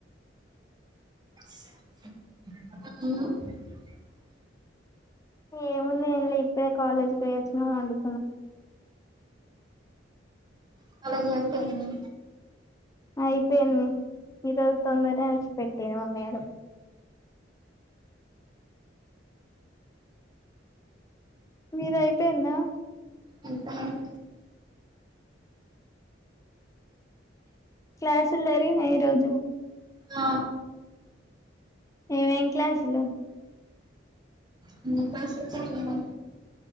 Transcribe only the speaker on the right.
ఆ
కాలేజీ అయిపొయింది
అంత
ఆ
హ్మ్ ఫస్ట్ సెకండు